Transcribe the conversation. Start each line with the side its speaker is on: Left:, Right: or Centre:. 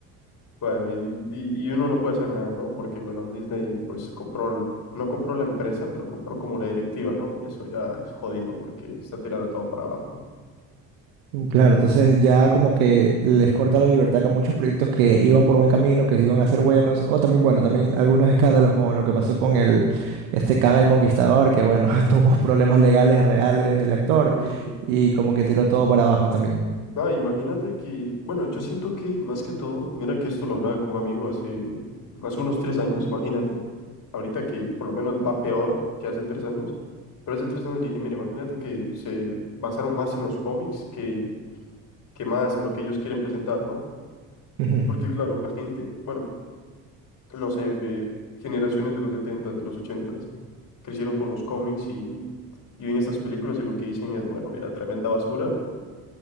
Left: bueno, y, y, y uno no puede hacer nada, ¿no? Porque, bueno, Disney pues compró, el- no compró la empresa, pero compró como la directiva, ¿no? Y eso ya es jodido porque está tirando todo para abajo.
Right: Mm, Claro, entonces ya como que les corta la libertad que a muchos proyectos que iban por buen camino, que iban a ser buenos, o también, bueno, también algunos escándalos como lo que pasó con el, este Kang el Conquistador, que bueno, <laughs> tuvo problemas legales reales del actor
Left: Sí, sí.
Right: y como que tiró todo para abajo también.
Left: Ah, imagínate que, bueno, yo siento que más que todo, mira que esto lo hablaba con un amigo hace, hace unos tres años, imagínate, ahorita que por lo menos va peor que hace tres años, pero hace tres años le dije, mira, imagínate que se basaron más en los cómics que, que más en lo que ellos quieren presentar, ¿no?
Right: Ujú.
Left: Porque claro, la gente, bueno, no sé, de generaciones de los 70, de los 80, crecieron con los cómics y, y ven estas películas y lo que dicen es, bueno, mira, tremenda basura